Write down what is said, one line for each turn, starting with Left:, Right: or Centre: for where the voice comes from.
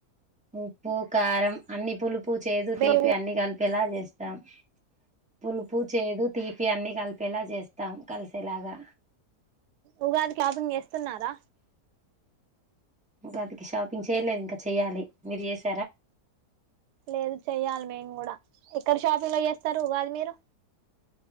Centre: ఉప్పు, కారం, అన్ని పులుపు ఉప్పు, చేదు,
Right: బేవు
Centre: తీపి అన్ని కలిపి ఎలా చేస్తాం పులుపు, చేదు, తీపి అన్నీ కలిపి ఎలా చేస్తాం కలిసేలాగా
Right: ఉగాది షాపింగ్ చేస్తున్నారా?
Centre: ఉగాదికి షాపింగ్ చేయలేదు ఇంకా చెయ్యాలి. మీరు చేస్
Right: లేదు చెయ్యాలి మేము గూడా ఎక్కడ షాపింగ్లో చేస్తరు ఉగాది మీరు